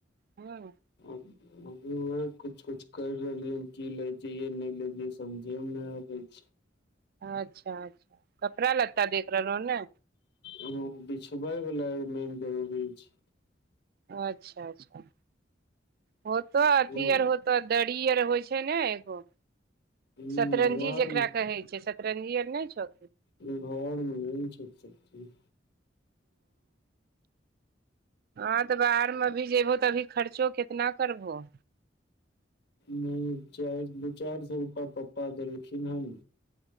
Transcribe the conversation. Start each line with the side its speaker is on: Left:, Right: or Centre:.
Right: हँ।
Left: अच्छा अभी वेएह कुछ - कुछ करि रहलियै हें की ले जइयै नै ले जइयै समझे मे ने आबै छै।
Right: अच्छा - अच्छा कपड़ा लत्ता देख रहलौं हन ने।
Left: हूॅं बिछबइ बला एगो मेन जरूरी अछ।
Right: अच्छा अच्छा होतो अथी
Left: हूँ
Right: आर होतो दरी आर होइ छै ने एगो
Left: हूँ
Right: सतरंजी
Left: घर
Right: जकरा
Left: मे
Right: कहै छै सतरंजी आर नहि छौ
Left: घरमे नहि छै सब चिज
Right: हँ तऽ बाहरमे अभी जेबहो तऽ अभी खर्चो कितना करबहो?
Left: मे चार दू चार सौ रूपा पापा देलखिन हन